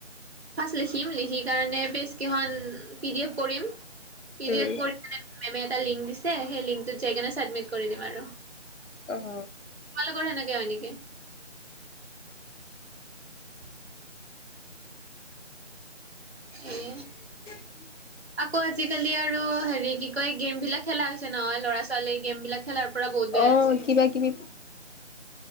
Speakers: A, on the right; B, on the left.
A: ফাৰ্ষ্ট লিখিম লিখি কাৰণে প্ৰেইজ কেইখন পিডিএফ কৰিম পিডিএফ
B: উম
A: কৰি কিনে মেমে এটা লিংক দিছে সেই লিংকটোত যাই কিনে চাবমিট কৰি দিম আৰু
B: আহ
A: তোমালোকৰ সেনেকে হয় নেকি? <unintelligible> এ
B: উ
A: আকৌ আজিকালি আৰু হেৰি কি কয় গেম বিলাক খেলা হৈছে নহয় ল'ৰা ছোৱালী গেম বিলাক খেলাৰ পৰা বহুত বেয়া
B: অ অ
A: আছে
B: কিবা কিবি